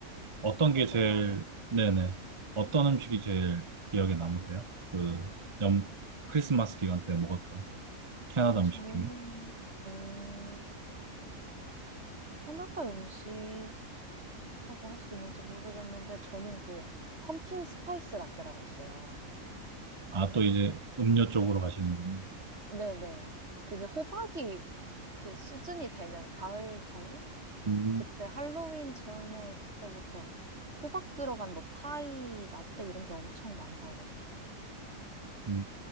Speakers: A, on the right (about 25°); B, on the right (about 50°).
A: 어떤
B: 다르구나요.
A: 게 제일, 네네.
B: 네.
A: 어떤 음식이 제일 기억에 남으세요? 그, 연, 크리스마스 기간 때 먹었던 캐나다 음식
B: 저는,
A: 중에.
B: 음, 캐나다 음식이라고 할 수 있는지 모르겠는데, 저는 그, 펌킨 스파이스 라떼라고 있어요.
A: 아, 또 이제 음료 쪽으로 가시는군요.
B: 네네. 그게 호박이 그 시즌이 되면, 가을, 겨울?
A: 음,
B: 그때 할로윈 전에 그때부터 호박 들어간 뭐 파이, 라떼 이런 게 엄청 많이 나오거든요.
A: 음.